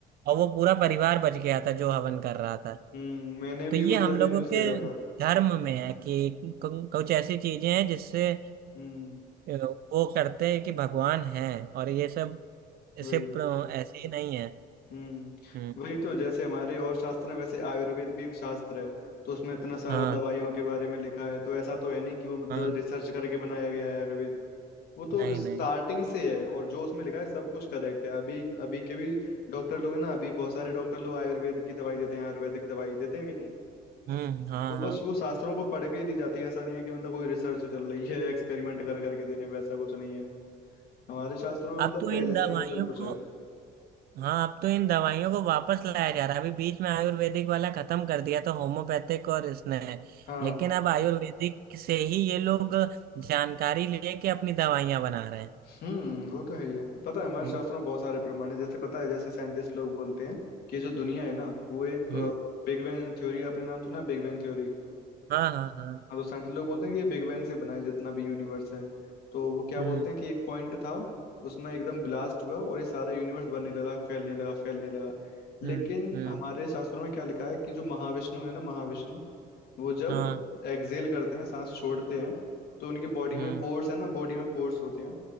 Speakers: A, on the right; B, on the left.
A: और वो पूरा परिवार बच गया था जो हवन कर रहा था
B: हम्म मैंने
A: तो
B: भी
A: ये
B: मतलब
A: हम लोगों
B: ये न्यूज
A: के
B: देखा था
A: धर्म में है कि कु- कुछ ऐसी चीजें हैं जिससे
B: हम्म
A: अ, वो करते हैं कि भगवान है और ये सब
B: वही
A: सिर्फ अ, ऐसे ही नहीं है
B: हम्म
A: हम्म
B: वही तो जैसे हमारे और शास्त्र हैं वैसे आयुर्वेद भी एक शास्त्र है तो उसमें इतना सारा
A: हाँ
B: दवाइयों के बारे में लिखा है तो ऐसा तो है नहीं कि वो मतलब
A: हाँ
B: रिसर्च करके बनाया गया है आयुर्वेद वो तो
A: नहीं नहीं
B: स्टार्टिंग से है और जो उसमें लिखा है सब कुछ करेक्ट है अभी अभी के भी डॉक्टर लोग हैं ना अभी बहुत सारे डॉक्टर लोग आयुर्वेद की दवाई देते हैं आयुर्वेदिक दवाई देते हैं कि नहीं
A: हम्म हाँ
B: वो
A: हाँ
B: बस वो शास्त्रों को पढ़ के ही दी जाती है ऐसा नहीं है कि मतलब कोई रिसर्च चल रही है एक्सपेरिमेंट कर करके दे रहे हैं वैसा कुछ नहीं है हमारे शास्त्रों में मतलब
A: अब तो
B: पहले
A: इन दवाइयों
B: से ही सब कुछ
A: को
B: है
A: हाँ अब तो इन दवाइयों को वापस लाया जा रहा है अभी बीच में आयुर्वेदिक वाला खत्म कर दिया था होम्योपैथिक और इसने
B: हाँ
A: लेकिन अब आयुर्वेदिक से ही ये लोग जानकारी लेके अपनी दवाइयां बना रहे हैं
B: हम्म वो तो है ही है पता है हमारे
A: हम्म।
B: शास्त्रों में बहुत सारे प्रमाण है जैसे पता है जैसे साइंटिस्ट लोग बोलते हैं कि जो दुनिया है ना वो एक
A: हम्म
B: बिग बैंग थ्योरी आपने नाम सुना बिग बैंग थ्योरी
A: हाँ हाँ हाँ
B: हाँ तो साइंटिस्ट लोग बोलते हैं कि ये बिग बैंग से बनाया जितना भी यूनिवर्स है तो वो क्या
A: हम्म
B: बोलते हैं कि एक पॉइंट था उसमें एकदम ब्लास्ट हुआ और ये सारा यूनिवर्स बनने लगा फैलने लगा फैलने लगा लेकिन
A: हम्म हम्म
B: हमारे शास्त्रों में क्या लिखा है कि जो महाविष्णु है ना महाविष्णु वो जब
A: हाँ
B: एक्सहेल करते हैं सांस छोड़ते हैं तो उनकी बॉडी
A: हम्म
B: में पोर्स है ना बॉडी में पोर्स होते हैं